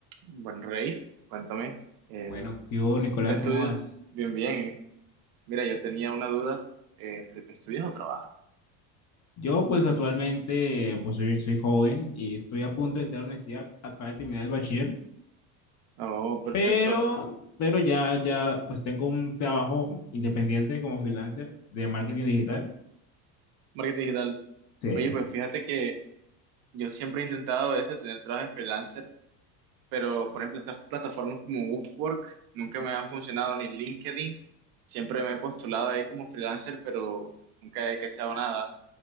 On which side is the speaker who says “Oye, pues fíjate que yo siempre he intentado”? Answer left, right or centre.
Right